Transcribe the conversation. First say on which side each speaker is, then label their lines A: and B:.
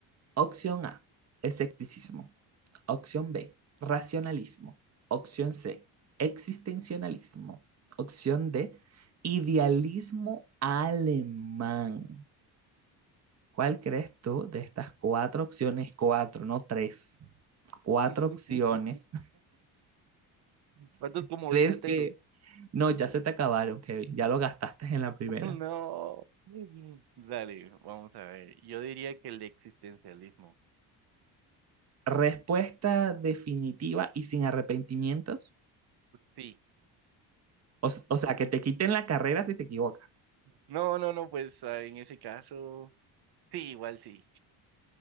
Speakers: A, on the right; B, on the right.
A: Opción A, escepticismo. Opción B, racionalismo. Opción C, existencialismo. Opción D, idealismo alemán. ¿Cuál crees tú de estas cuatro opciones? Cuatro, no tres. Cuatro
B: Ujú.
A: opciones.
B: <laughs> ¿Cuántos
A: <laughs>
B: comodines
A: ¿Crees
B: tengo?
A: que... No, ya se te acabaron, Kevin. Ya lo gastaste en la primera.
B: <laughs> No. Dale, vamos a ver. Yo diría que el existencialismo.
A: Respuesta definitiva y sin arrepentimientos.
B: Sí.
A: O, o sea, que te quiten la carrera si te equivocas.
B: No, no, no, pues ah, en ese caso, sí, igual sí.